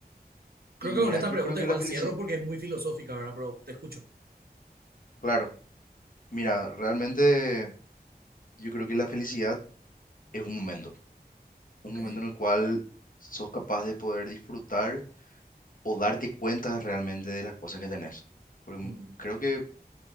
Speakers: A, on the right; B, on the left.
A: Creo
B: Y
A: que
B: mira,
A: con esta
B: yo
A: pregunta
B: creo que
A: igual
B: la felicidad,
A: cierro porque es muy filosófica, ¿verdad? Pero te escucho.
B: claro, mira, realmente yo creo que la felicidad es un momento,
A: Ok,
B: un momento en el cual sos capaz de poder disfrutar o darte cuenta realmente de las cosas que tenés. Porque
A: mm,
B: m- creo que